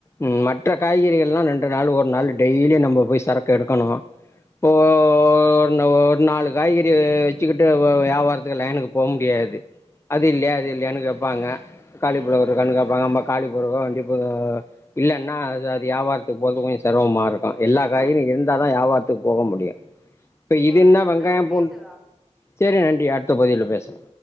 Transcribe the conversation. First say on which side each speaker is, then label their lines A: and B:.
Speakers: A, on the left (about 20°); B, in the centre.
A: உம் மற்ற காய்கறிகள் எல்லா ரெண்டு நாள் ஒரு நாள் டெய்லி நம்ம போய் சரக்கு எடுக்கணு இப்ப ஒரு ஒரு நாலு காய்கறி வெச்சுக்கிட்டு வியாபாரத்துக்கு லைனுக்கு போ முடியாது அது இல்லையா அது இல்லையான்னு கேப்பாங்க தக்காளி புழ இருக்கானு கேப்பாங்க அம் தக்காளி புழக்க வண்டிப்ப இல்ன்னா அது அது வியாபாரத்துக்கு போறது கொஞ்சு செரமமா இருக்கு எல்லா காய்கறி இருந்தாதா வியாவாரத்துக்கு போக முடியு இப்ப
B: சரி
A: இது
B: தோழரே
A: என்ன வெங்காயம்
B: தொடர்ந்து பேசலாம்
A: பூண்டு செரி நன்றி அடுத்த பதிவுள பேசலா